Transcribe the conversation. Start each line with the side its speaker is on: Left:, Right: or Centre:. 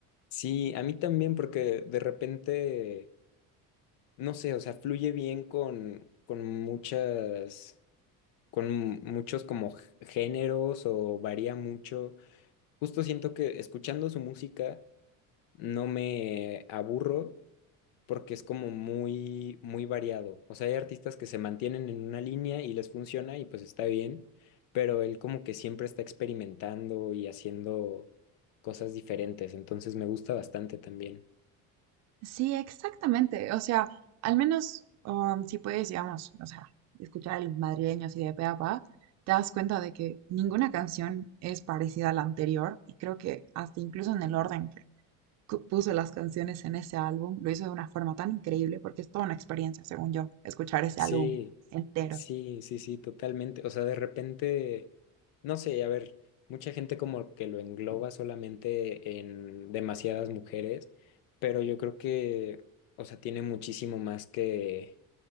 Left: Sí, a mí también porque de repente, no sé, o sea, fluye bien con, con muchas, con muchos como géneros o varía mucho. Justo siento que escuchando su música no me aburro porque es como muy, muy variado. O sea, hay artistas que se mantienen en una línea y les funciona y pues está bien, pero él como que siempre está experimentando y haciendo cosas diferentes, entonces me gusta bastante también.
Right: Sí, exactamente. O sea, al menos um, si puedes, digamos, o sea, escuchar el madrileño así de pe a pa, te das cuenta de que ninguna canción es parecida a la anterior. Y creo que hasta incluso en el orden que cu- puso las canciones en ese álbum, lo hizo de una forma tan increíble porque es toda una experiencia, según yo, escuchar ese
Left: Sí,
Right: álbum entero.
Left: sí, sí, sí, totalmente. O sea, de repente, no sé, a ver, mucha gente como que lo engloba solamente en demasiadas mujeres, pero yo creo que, o sea, tiene muchísimo más que